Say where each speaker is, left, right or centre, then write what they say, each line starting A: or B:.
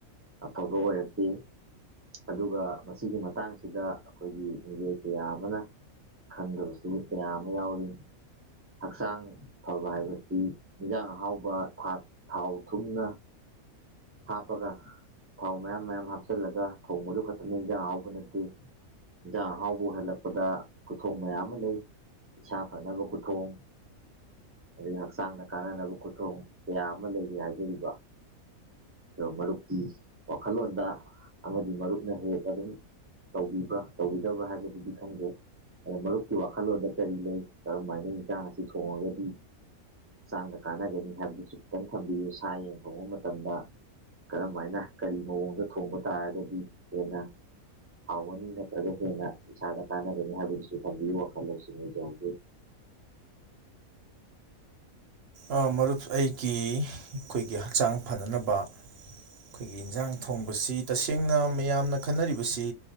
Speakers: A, on the right (about 15°); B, on the right (about 55°).
A: ꯑꯐꯕ ꯑꯣꯏꯔꯛꯇꯦ ꯑꯗꯨꯒ ꯃꯁꯤꯒꯤ ꯃꯇꯥꯡ ꯁꯤꯗ ꯑꯩꯈꯣꯏꯒꯤ ꯃꯤꯑꯣꯏ ꯀꯌꯥ ꯑꯃꯅ ꯈꯪꯗꯕꯁꯤ ꯀꯌꯥ ꯑꯃ ꯌꯥꯎꯔꯤ ꯍꯛꯆꯥꯡ ꯐꯕ ꯍꯥꯏꯕꯁꯤ ꯏꯟꯖꯥꯡ ꯑꯍꯥꯎꯕ ꯊꯥ ꯊꯥꯎ ꯊꯨꯝꯅ ꯍꯥꯞꯄꯒ ꯊꯥꯎ ꯃꯌꯥꯝ ꯃꯌꯥꯝ ꯍꯥꯞꯆꯤꯜꯂꯒ ꯊꯣꯡꯕꯗꯨ ꯈꯛꯇꯅ ꯏꯟꯖꯥꯡ ꯑꯍꯥꯎꯕ ꯅꯠꯇꯦ ꯏꯟꯖꯥꯡ ꯑꯍꯥꯎꯕ ꯑꯣꯏꯍꯜꯂꯛꯄꯗ ꯈꯨꯊꯣꯡ ꯃꯌꯥꯝ ꯃ ꯂꯩ ꯏꯁꯥ ꯐꯅꯕ ꯈꯨꯊꯣꯡ ꯑꯗꯩ ꯍꯛꯆꯥꯡꯅ ꯀꯥꯟꯅꯅꯕ ꯈꯨꯊꯣꯡ ꯀꯌꯥ ꯑꯃ ꯂꯩꯔꯤ ꯍꯥꯏꯖꯔꯤꯕ ꯗ‌ꯣ ꯃꯔꯨꯞꯀꯤ ꯋꯥꯈꯜꯂꯣꯟꯗ ꯑꯃꯗꯤ ꯃꯔꯨꯞꯅ ꯍꯦꯛ ꯑꯗꯨꯝ ꯇꯧꯕꯤꯕ꯭ꯔꯥ ꯇꯧꯕꯤꯗꯕ꯭ꯔꯥ ꯍꯥꯏꯕꯗꯨꯗꯤ ꯈꯪꯗꯦ ꯑꯗ ꯃꯔꯨꯞꯀꯤ ꯋꯥꯈꯜꯂꯣꯟꯗ ꯀꯔꯤ ꯂꯩ ꯀꯔꯝꯍꯥꯏꯅ ꯏꯟꯁꯥꯡ ꯑꯁꯤ ꯊꯣꯡꯉꯒꯗꯤ ꯍꯆꯥꯡꯗ ꯀꯥꯟꯅꯒꯅꯤ ꯍꯥꯏꯕꯗꯨꯁꯨ ꯈꯤꯇꯪ ꯊꯝꯕꯤꯌꯨ ꯁꯥ ꯌꯦꯟ ꯊꯣꯡꯕ ꯃꯇꯝꯗ ꯀꯔꯝꯍꯥꯏꯅ ꯀꯔꯤ ꯃꯑꯣꯡꯗ ꯊꯣꯡꯕ ꯇꯥꯔꯒꯗꯤ ꯍꯦꯟꯅ ꯍꯥꯎꯒꯅꯤ ꯅꯠꯇ꯭ꯔꯒ ꯍꯦꯟꯅ ꯏꯁꯥꯗ ꯀꯥꯟꯅꯒꯅꯤ ꯍꯥꯏꯕꯗꯨꯁꯨ ꯊꯝꯕꯤꯌꯨ ꯋꯥꯈꯜ ꯂꯧꯁꯤꯡ ꯂꯩꯖꯍꯧꯒꯦ
B: ꯑꯥ ꯃꯔꯨꯞ ꯑꯩꯒꯤ ꯑꯩꯈꯣꯏꯒꯤ ꯍꯛꯆꯥꯡ ꯐꯅꯅꯕ ꯑꯩꯈꯣꯏꯒꯤ ꯏꯟꯖꯥꯡ ꯊꯣꯡꯕꯁꯤ ꯇꯁꯦꯡꯅ ꯃꯌꯥꯝꯅ ꯈꯟꯅꯔꯤꯕꯁꯤ